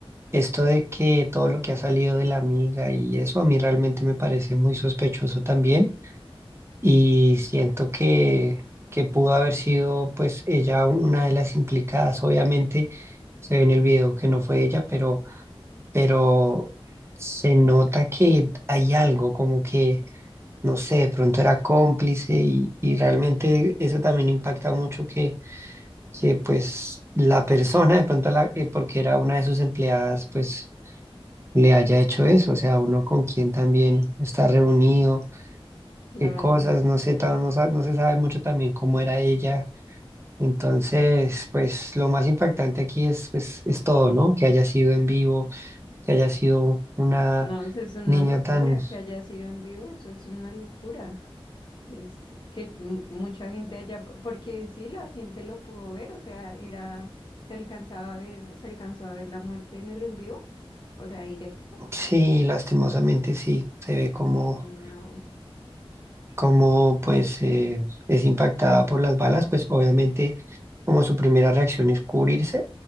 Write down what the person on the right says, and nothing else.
Esto de que todo lo que ha salido de la amiga y eso a mí realmente me parece muy sospechoso también y siento que, que pudo haber sido pues ella una de las implicadas. Obviamente se ve en el video que no fue ella, pero, pero se nota que hay algo como que no sé, de pronto era cómplice y, y realmente eso también impacta mucho que, que pues la persona de pronto, la, eh, porque era una de sus empleadas, pues le haya hecho eso, o sea, uno con quien también está reunido,
qué cosas, no sé, tam- no, sa- no se sabe mucho también cómo era ella. Entonces, pues lo más impactante aquí es, pues, es todo, ¿no? Que haya sido en vivo, que haya sido una
niña
tan,
sí, lastimosamente sí, se ve como
como pues eh, es impactada por las balas, pues obviamente como su primera reacción es cubrirse,